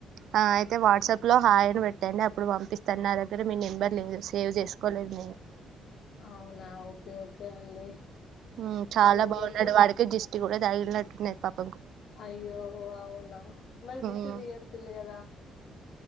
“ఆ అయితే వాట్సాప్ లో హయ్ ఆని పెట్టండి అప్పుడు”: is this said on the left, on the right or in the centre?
Right